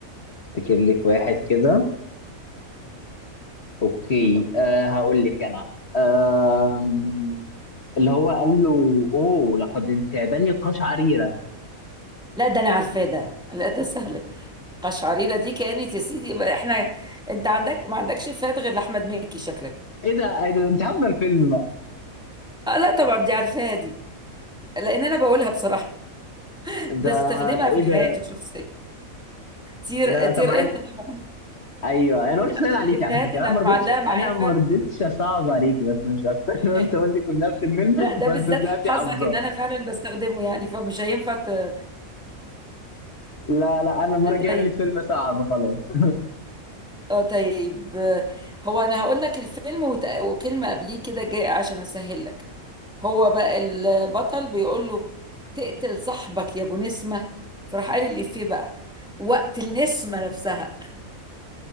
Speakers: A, on the left; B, in the centre.
A: افتكر لك واحد كده اوكي أه هقول لك انا آم، اللي هو قال له اوه لقد انتابني القش عريرة
B: لا ده انا عارفاه ده لا ده سهل قشعريرة دي كانت يا سيدي يبقى احنا انت عندك ما عندكش فات غير لاحمد مكي شكلك
A: ايه ده ايه ده انت عارفه الفيلم بقى
B: آه لا طبعا دي عارفاها دي لان انا بقولها بصراحة بستخدمها
A: ده ده
B: في
A: ايه
B: حياتي
A: ده
B: الشخصية طير
A: لا
B: طير
A: طب معاك
B: انت طبعا
A: ايوه انا قلت
B: من
A: سهل عليك
B: الافيهات
A: على فكره
B: اللي
A: انا ما رضيتش
B: معلقة معايا
A: انا
B: فعلا
A: ما رضيتش اصعب عليكي بس مش اكتر <laughs>
B: <laughs>
A: انا قلت اقول لك من نفس الفيلم
B: لا ده
A: بس
B: بالذات
A: طلعتي
B: حظك
A: حافظاه
B: ان انا فعلا بستخدمه يعني فمش هينفع ت... آه،
A: لا لا انا المره الجايه
B: طيب
A: اقول لك فيلم صعب خلاص
B: اه طيب هو انا هقول لك الفيلم وت- وكلمة قبليه كده جاي عشان اسهل لك هو بقى البطل بيقول له تقتل صاحبك يا ابو نسمة فراح قال الإفيه بقى وقت النسمة نفسها